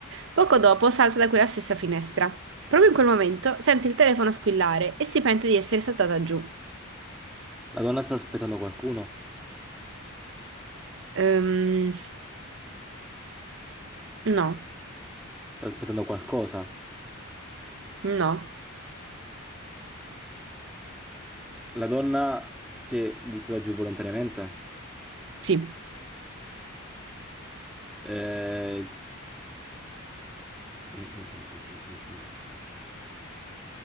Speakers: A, on the right; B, in the centre.
A: Poco dopo salta da quella stessa finestra. Proprio in quel momento sente il telefono squillare e si pente di essere saltata giù.
B: La donna sta aspettando qualcuno?
A: Ehm, no,
B: Sta aspettando qualcosa?
A: no,
B: La donna si è buttata giù volontariamente?
A: sì,
B: Eh, il- mm, mm, mm, mm, mm, mm.